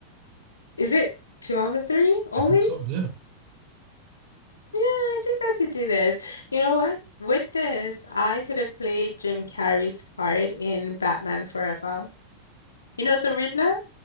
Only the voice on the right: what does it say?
I think so. Yeah.